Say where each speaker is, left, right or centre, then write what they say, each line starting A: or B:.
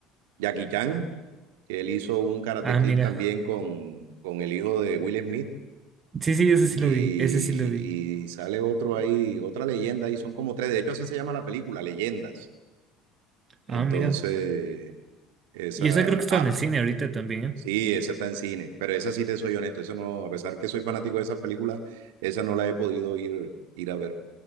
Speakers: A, on the right (about 80°); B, on the right (about 35°).
A: Jackie Chan, que él hizo un Karate
B: Ah,
A: Kid
B: mira.
A: también con, con el hijo de Will Smith.
B: Sí, sí, ese
A: Y,
B: sí lo vi. Ese sí lo vi.
A: y sale otro ahí, otra leyenda, y son como tres, de hecho así se llama la película, Leyendas. Entonces,
B: Ah, mira.
A: esa,
B: Y esa creo que está
A: ah,
B: en el cine ahorita también, ¿eh?
A: sí, esa está en cine, pero esa sí te soy honesto, esa no, a pesar que soy fanático de esas películas, esa no la he podido ir, ir a ver.